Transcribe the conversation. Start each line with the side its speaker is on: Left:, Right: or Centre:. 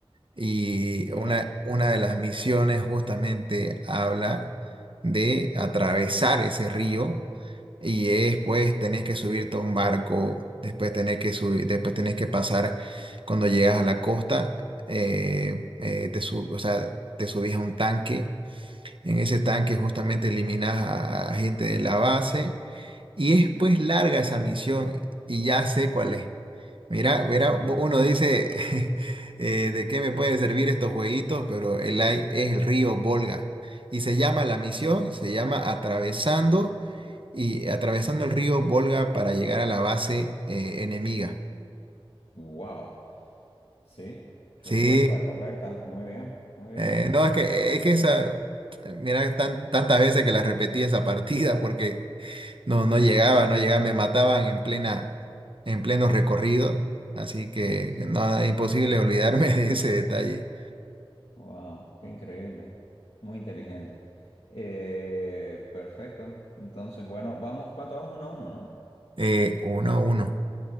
Right: Y
Left: Ok.
Right: una, una de las misiones justamente habla de atravesar ese río y es pues tenés que subirte a un barco, después tenés que subir, después tenés que pasar cuando llegas a la costa, eh, eh, te sub- o sea, te subís a un tanque. En ese tanque justamente eliminás a, a gente de la base y es pues larga esa misión y ya sé cuál es. Mira, mira,
Left: ujú,
Right: uno dice, <laughs> eh, ¿de qué me puede servir estos jueguitos? Pero el AI es el río Volga. Y se llama la misión, se llama Atravesando y atravesando el río Volga para llegar a la base eh, enemiga.
Left: Wow. Sí. Respuesta
Right: Sí,
Left: correcta. Muy bien. Muy bien.
Right: Eh,
Left: Perfecto.
Right: no, es que, es que esa, mira, tan- tantas veces que la repetí esa partida porque no, no llegaba, no llegaba, me mataban en plena, en pleno recorrido, así que
Left: Sí.
Right: no, es imposible olvidarme <laughs> de ese detalle.
Left: Wow. Qué increíble. Muy inteligente. Eh, perfecto. Entonces, bueno, vamos. ¿Cuánto vamos? Uno a uno, ¿no?
Right: Eh, uno, a uno.